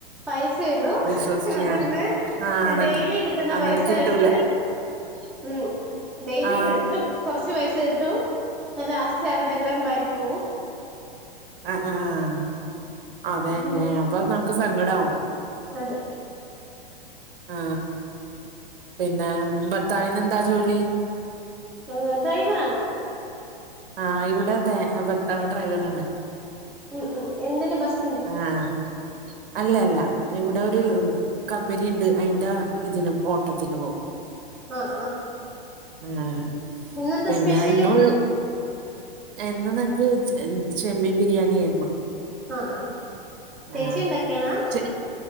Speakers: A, in the centre; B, on the right (about 65°).
A: പൈസ ഇടും
B: വിശ്വസിച്ച്
A: അതിൽന്ന്
B: ഞാൻ ആ എന്നിട്ട്
A: ഡെയിലി കിട്ടുന്ന
B: എന്നിട്ട്
A: പൈസ
B: കിട്ടൂല
A: എടുത്ത്
B: <inaudible>
A: മ്മ് ഡെയിലി
B: ആ
A: കിട്ടും കുറച്ച് പൈസ കിട്ടും ല്ലാസ്റ്റ് അവരെല്ലാം വാരി പോവും
B: അഹ് ആഹ് ആഹ് അതന്നെ
A: അങ്ങനെ
B: അപ്പൊ നമുക്ക് സങ്കടവും
A: അതെ
B: ആ പിന്നെ ഭർത്താവിനെന്താ ജോലി?
A: ഓ ഡ്രൈവർ ആണ്
B: ആഹ് ഇവിടെ തെ ഭർത്താവ് ഡ്രൈവറണ്
A: മ് മ് എന്തിന ബസ്
B: ആഹ അല്ലല്ല ഇവിടൊരു കമ്പനിണ്ട് അയിന്റെ തിനും ഓട്ടത്തിനും പോവും
A: അഹ് ആഹ്
B: ആഹ്
A: ഇന്നെന്താ
B: പിന്നെ
A: സ്പെഷ്യല്
B: ഇന്നൊ എന്നാ ഞക്ക് ചെമ്മീൻ ബിരിയാണി ആയിരുന്നു
A: ആഹ് ചേച്ചി
B: ആഹ ആഹ്ചേ
A: ഉണ്ടാക്കിയാണാ